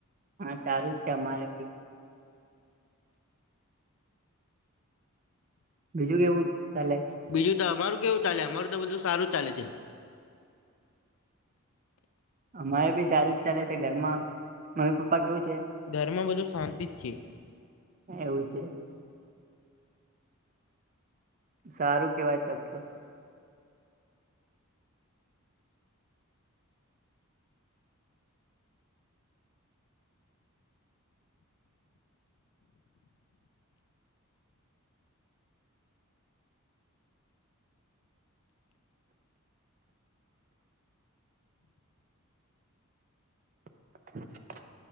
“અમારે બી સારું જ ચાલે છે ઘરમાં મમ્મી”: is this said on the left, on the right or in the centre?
Right